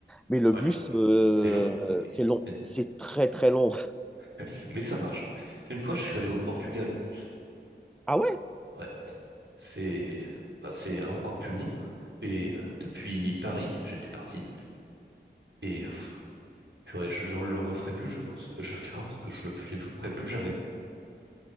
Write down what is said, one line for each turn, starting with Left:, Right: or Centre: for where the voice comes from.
Centre: Mais le
Right: Ouais,
Centre: bus, euh,
Right: c'est long, mais,
Centre: c'est long,
Right: mais,
Centre: c'est très, très long. <laughs>
Right: <laughs> mais ça marche. Une fois, je suis allé au Portugal en bus.
Centre: Ah ouais?
Right: Ouais, c'est bah, c'est encore plus long. Et euh, depuis Paris, j'étais parti. Et euh, pff, purée, je, je le referai plus, je pense. <laughs> Je pense que je le ferai plus jamais.